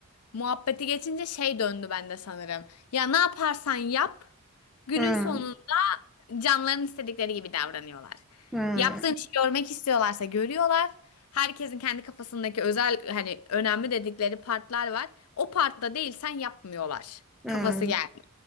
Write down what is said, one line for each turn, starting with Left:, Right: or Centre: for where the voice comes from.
Left: Muhabbeti geçince şey döndü bende sanırım. Ya ne yaparsan yap Günün
Centre: Hmm,
Left: sonunda canların istedikleri gibi davranıyorlar.
Centre: hmm,
Left: Yaptığın işi görmek istiyorlarsa görüyorlar. Herkesin kendi kafasındaki özel hani önemli dedikleri partlar var. O partta değilsen yapmıyorlar.
Centre: hmm.
Left: Kafası geldi.